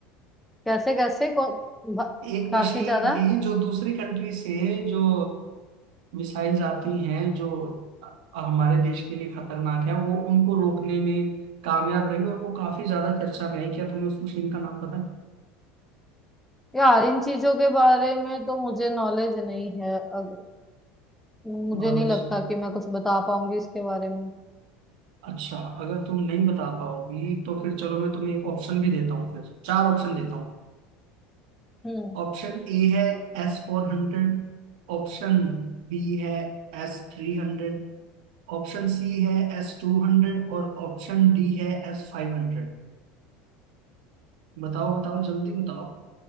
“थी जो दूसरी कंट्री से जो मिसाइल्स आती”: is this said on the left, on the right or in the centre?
Right